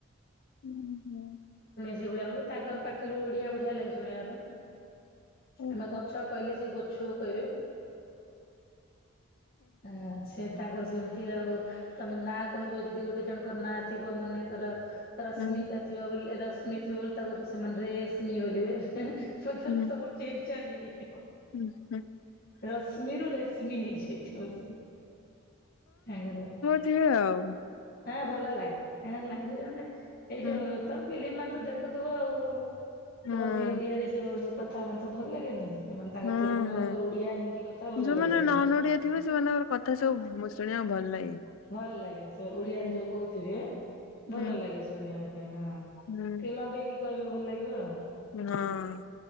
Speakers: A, on the left; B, on the left.
A: ହୁଁ ହୁଁ।
B: ଭଳିଆ ଭ ତାଙ୍କର ପାଟିରୁ ଓଡିଆ ବଢିଆ ଲାଗେ ଶୁଣିବା ପାଇଁ।
A: ଓହୋ।
B: ଆମେ ଗଛ କହିଲେ ସେ ଗ ଛୁ କହିବେ। ଆ ସେ ତାଙ୍କର ସେମିତି ସେ ଆଉ ତମେ ନାଁ କହିବ ଯଦି ଗୋଟେ ଜଣଙ୍କର ନାଁ ଥିବ ମନେକର ରଶ୍ମିତା
A: ଉଁ
B: ଥିବ ବୋଲି ରଶ୍ମି ଥିବ ବୋଲି ତାକୁ ସେମାନେ ରେଶ୍ମି ବୋଲିବେ ସ
A: ହୁଁ
B: ସବୁ ଚେଞ୍ଜ ଚାଞ୍ଜ ହେଇଯାଇଥିବ।
A: ହୁଁ ହୁଁ
B: ରଶ୍ମିରୁ ରେଶ୍ମି ହେଇଯାଇଥିବ ସ ତାଙ୍କରେ
A: ସେ ଆଉ।
B: ହଁ ଭଲ ଲାଗେ। ତାଙ୍କର ଲାଙ୍ଗୁଏଜ ମାନେ ଏଇ
A: ହୁଁ
B: ଯୋଉ ତ ପିଲି ମ ତ ଦେଖୁଥିବ ଆଉ।
A: ହୁଁ।
B: କୁହନ୍ତି ଓଡିଆରେ ଯୋଉ କଥା ବନ୍ତୁ ଭଲ ଲାଗେନି? ଏମାନେ ତାଙ୍କ
A: ହୁଁ
B: ତେଲୁଗୁ ମାନଙ୍କର
A: ହଁ
B: ଓଡିଆ ହିନ୍ଦୀ କଥା ଭଲ
A: ଯୋଉମାନେ
B: ଲାଗେ ଶୁଣିବା
A: ନନ
B: ପାଇଁ
A: ଓଡିଆ ଥିବେ ସେମାନଙ୍କର କଥା ସବୁ ଶୁଣିବାକୁ ଭଲ ଲାଗେ।
B: ଭଲ ଲାଗେ। ସେ ଓଡିଆରେ
A: ହୁଁ
B: ଯୋଉ କହୁଥିବେ ଭଲ
A: ହୁଁ।
B: ଲାଗେ ଶୁଣିବା ପାଇଁ ହଁ
A: ହୁଁ।
B: ଟିକେ ଲମ୍ବେଇକି କହିବେ ଭଲ ଲାଗିବ ଆଉ
A: ହଁ